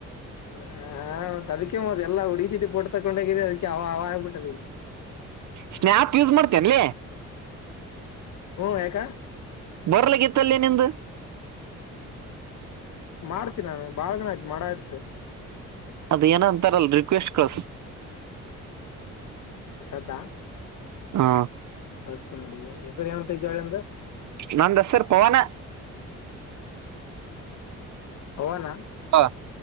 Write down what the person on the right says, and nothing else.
ಸ್ನಾಯಪ್ ಯೂಸ್ ಮಾಡ್ತೇನ್ಲ
ಬರ್ಲ ಗಿತ್ತಲ್ಲಿಯ ನಿಂದು
ಅದ ಏನ ಅಂತಾರಲ್ ರಿಕ್ವೆಸ್ಟ್ ಕಳಸ್
ಹಾ
ನನ್ ಹೆಸರು ಪವನ
ಹ ತ